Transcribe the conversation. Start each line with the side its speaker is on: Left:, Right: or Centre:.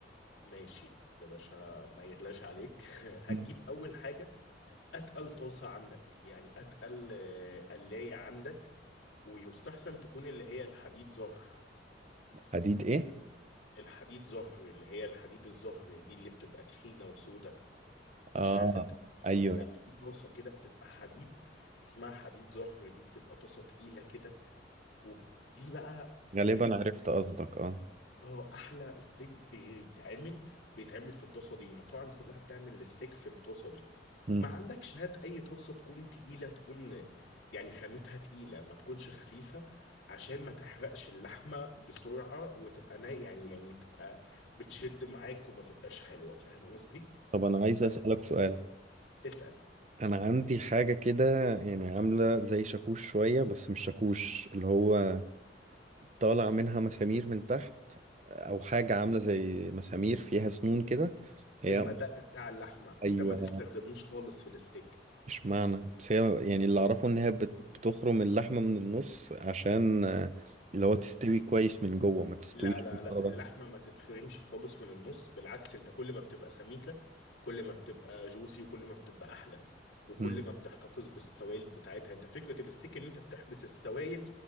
Left: ماشي يا باشا ما يغلاش عليك <laughs> هتجيب
Right: مم.
Left: اول حاجه اتقل طاسه عندك يعني اتقل آه، قلايه عندك ويستحسن تكون اللي هي الحديد زهر
Right: حديد ايه
Left: الحديد زهر اللي هي الحديد الزهر دي اللي بتبقى تخينه وسودة
Right: اه
Left: مش عارف انت
Right: ايوه
Left: ولا لا في طاسه كده بتبقى حديد اسمها حديد زهر دي بتبقى طاسه تقيله كده ودي بقى
Right: غالبا
Left: يعني
Right: عرفت قصدك اه
Left: اه احلى ستيك بيتعمل بيتعمل في الطاسه دي المطاعم كلها بتعمل الستيك في الطاسه دي
Right: مم.
Left: ما عندكش هات اي طاسه تكون تقيله تكون يعني خامتها تقيله ما تكونش خفيفه عشان ما تحرقش اللحمه بسرعه وتبقى نا يعني يعني تبقى بتشد معاك وما تبقاش حلوه فاهم قصدي
Right: طب انا عايز
Left: بس
Right: اسالك سؤال
Left: اسال
Right: انا عندي حاجه كده يعني عامله زي شاكوش شويه بس مش شاكوش اللي هو طالع منها مسامير من تحت او حاجه عامله زي مسامير فيها سنون كده هي
Left: المدق بتاع اللحمه
Right: ايوه
Left: ده ما تستخدموش خالص في الستيك
Right: مش معنى بس هي يعني اللي اعرفه ان هي بت- بتخرم اللحمه من النص عشان آه، اللي هو تستوي كويس من جوه ما تستويش
Left: لا لا
Right: من
Left: لا
Right: بره
Left: اللحمة
Right: بس
Left: ما تتخرمش خالص من النص بالعكس انت كل ما بتبقى سميكة كل ما بتبقى جوسي وكل ما بتبقى احلى وكل
Right: مم.
Left: ما بتحتفظ بالسوائل بتاعتها انت فكرة الستيك ان انت بتحبس السوائل